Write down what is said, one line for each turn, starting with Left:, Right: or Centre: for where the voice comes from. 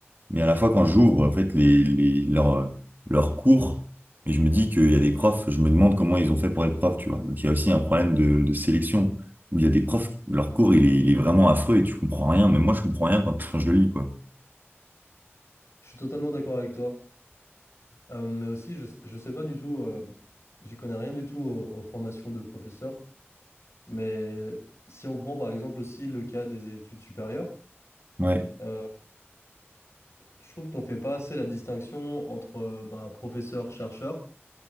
Right: Mais à la fois, quand j'ouvre, en fait, les, les, leurs, leurs cours, et je me dis qu'il y a des profs, je me demande comment ils ont fait pour être profs, tu vois. Donc, il y a aussi un problème de, de sélection où il y a des profs, leur cours, il est, il est vraiment affreux et tu comprends rien. Mais moi, je comprends rien quand, quand je le lis, quoi.
Left: Je suis totalement d'accord avec toi. Euh, mais aussi, je, je sais pas du tout, euh, j'y connais rien du tout aux, aux formations de professeurs. Mais si on prend par exemple aussi le cas des études supérieures,
Right: Ouais.
Left: euh, je trouve qu'on fait pas assez la distinction entre euh, bah, professeur-chercheur,